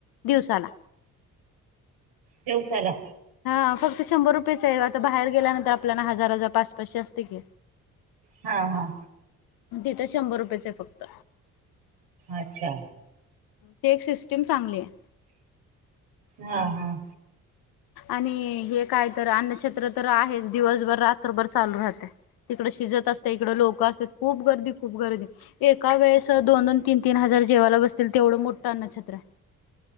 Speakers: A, on the left; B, on the right.
A: दिवसाला.
B: दिवसाला
A: हा फक्त शंभर रुपयेच आहे आता बाहेर गेल्यानंतर आपल्याना हजार हजार पाच-पाचशे असते की.
B: हा हा.
A: तिथ शंभर रुपयेचं आहे फक्त.
B: अच्छा.
A: ती एक सिस्टीम चांगली आहे.
B: हा हा हा.
A: आणि हे काय तर अन्नछत्र तर आहेच दिवसभर रात्रभर चालू राहते. तिकडं शिजत असते इकडं लोकं असतात खूप गर्दी खूप गर्दी. एका वेळेस दोन-दोन, तीन-तीन हजार जेवायला बसतील तेवढं मोठं अन्नछत्र आहे.